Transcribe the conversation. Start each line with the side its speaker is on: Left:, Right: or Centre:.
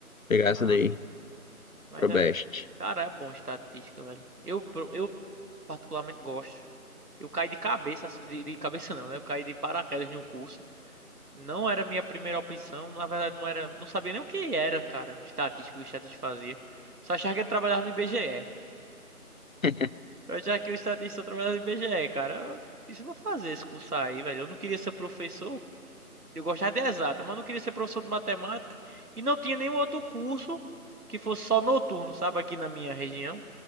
Left: pegar essa
Right: ah,
Left: daí,
Right: mas
Left: ProBest.
Right: é. Cara, é bom estatística, velho. Eu, pro- eu particularmente gosto. Eu caí de cabeça, assim, de, de cabeça não, né? Eu caí de paraquedas no curso. Não era minha primeira opção, na verdade não era, não sabia nem o que era, cara, estatística, o que estatística fazia. Só achava que ia trabalhar no IBGE.
Left: <laughs>
Right: Eu já que o estatista trabalha no IBGE, cara. Eu- Isso eu vou fazer esse curso aí, velho. Eu não queria ser professor. Eu gostava de exatas, mas eu não queria ser professor de matemática. E não tinha nenhum outro curso que fosse só noturno, sabe? Aqui na minha região.